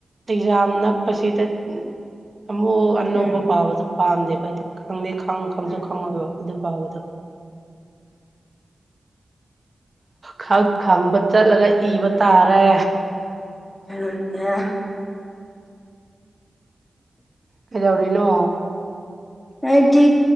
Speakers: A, on the right; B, on the left.
A: ꯑꯦꯛꯖꯥꯝ ꯅꯛꯄꯁꯤꯗ ꯑꯃꯨꯛ ꯑꯅꯧꯕ
B: ꯎꯝ
A: ꯄꯥꯕꯗꯣ ꯄꯥꯝꯗꯦꯕ ꯑꯩꯗꯤ ꯈꯪꯗꯦ ꯈꯪ ꯈꯪꯁꯨ
B: ꯎꯝ
A: ꯈꯪꯉꯣꯏꯕ ꯑꯗꯨ ꯄꯥꯕꯗꯨ ꯈꯪ ꯈꯪꯕ ꯆꯠꯂꯒ ꯏꯕ ꯇꯥꯔꯦ
B: <unintelligible>
A: ꯀꯩꯗꯧꯔꯤꯅꯣ
B: ꯑꯩꯗꯤ